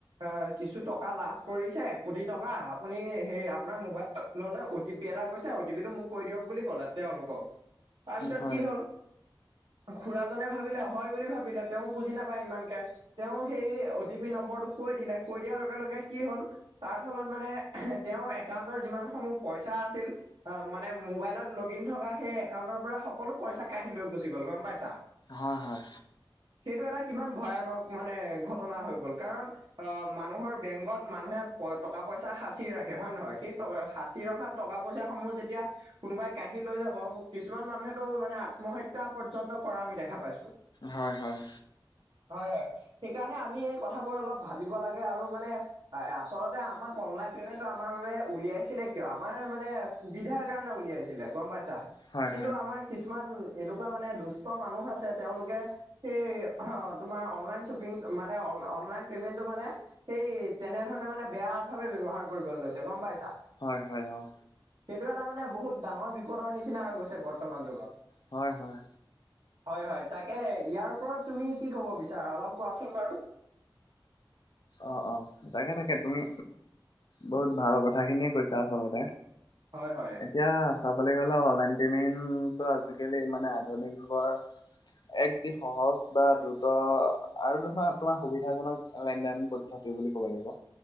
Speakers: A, on the right; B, on the left.
A: অ' কিছু টকা লাভ কৰিছে। কোটি টকা আপুনি হেই আপোনাৰ মবাইল ল'লে অ' টি পি এটা গৈছে অ' টি পি টো মোক। কৈ দিয়ক বুলি ক'লে তেওঁলোকক তাৰপিছত
B: হয়
A: কি হ'ল। খুৰাজনে ভাবিলে হয় বুলি ভাবিলে তেওঁ বুজি নাপায় ইমানকে। তেওঁ সেই অ টি পি নম্বৰটো কৈ দিলে কৈ দিয়াৰ লগে লগে কি হ'ল। তাৰ ফলত মানে তেওঁৰ একাউণ্টৰ যিমান সমূহ পইচা আছিল। অ' মানে মোবাইলত লগ ইন থকা সেই একাউণ্টৰ পৰা সকলো। পইচা কাহি লৈ গুচি গ'ল গম পাইছা।
B: হয় হয়
A: সেইটো এটা কিমান ভয়ানক মানে ঘটনা হৈ গ'ল কাৰণ অ মানুহৰ বেংকত মানুহে। টকা পইচা সাঁচি ৰাখে হয় নে নহয় সেই টকা সাঁচি ৰখা টকা পইচা সমূহ যেতিয়া। কোনোবাই কাহি লৈ যাব কিছুমান মানুহেতো মানে আত্মহত্যা পৰ্যন্ত কৰা আমি দেখা পাইছো।
B: হয় হয়।
A: হয় -হয় সেইকাৰণে আমি এই কথাবোৰ অলপ ভাবিব লাগে আৰু মানে। আচলতে আমাক অনলাইন পেমেন্টটো আমাৰ বাবে উলিয়াইছিলে কিয় আমাৰ মানে সুবিধাৰ কাৰণে উলিয়াইছিল। ছিলে গম পাইছা
B: হয়
A: কিন্তু আমাৰ কিছুমান এনেকুৱা মানে দুষ্ট মানুহ আছে তেওঁলোকে। সেই তোমাৰ অনলাইন শ্বপিং মানে অনলাইন পেমেন্টটো মানে। সেই তেনেধৰণে মানে বেয়া ভাৱে ব্যৱহাৰ কৰিব লৈছে গম পাইছা।
B: হয় হয় অ'
A: সেইটো এটা মানে বহুত ডাঙৰ বিপদৰ নিচিনা হৈ গৈছে বৰ্তমান যুগত।
B: হয় হয়।
A: হয়- হয় তাকে ইয়াৰ ওপৰত তুমি কি ক'ব বিচাৰা অলপ কোৱাচোন বাৰু।
B: অ -অ তাকে তাকে তুমি? বহুত ভাল কথা খিনিয়ে কৈছা আচলতে।
A: হয় হয়।
B: এতিয়া চাবলৈ গ'লে অনলাইন পেমেণ্টটো আজিকালি মানে আধুনিক যুগৰ। এক যি সহজ বা দ্ৰুত আৰু ধৰা তোমাৰ সুবিধাজনক। লেন দেন পদ্ধতি বুলি ক'ব লাগিব।